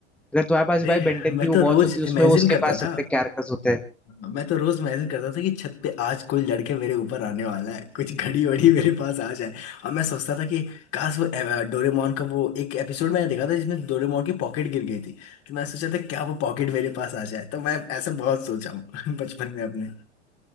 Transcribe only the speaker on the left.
अरे
मैं
तो
रोज
इमेजिन
करता
था
हाँ, मैं तो रोज मैसेज करता था कि छत पे आज कोई लड़के मेरे ऊपर आने वाला है कुछ घड़ी वड़ी मेरे पास आ जाए और मैं सोचता था कि काश वो अ, डोरेमोन का वो एक एपिसोड मैंने देखा था जिसमें डोरेमोन की पॉकेट गिर गई थी तो मैं सोचा था क्या वो पॉकेट मेरे पास आ जाए तो मैं ऐसा बहुत सोचा हूँ <laughs> बचपन में अपने